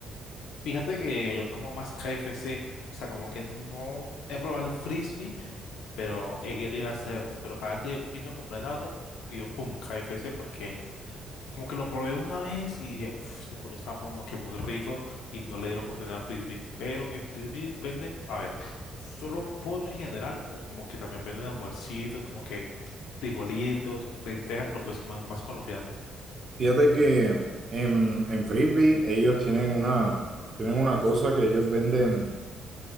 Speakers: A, on the left; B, on the right.
A: Fíjate que yo como más KFC, o sea, como que no he probado el frisbee, pero he querido hacerlo, pero cada vez que pienso comprar en algo, pido pum, KFC porque Como que lo probé una vez y dije, uff, este pollo estaba como que muy rico y no le di la oportunidad a Frisbee. Pero en Frisbee venden, a ver, solo pollo en general o como que también venden almuercitos, como que frijolitos, lentejas, porque es como más colombiano.
B: Fíjate que en, en Frisbee ellos tienen una, tienen una cosa que ellos venden,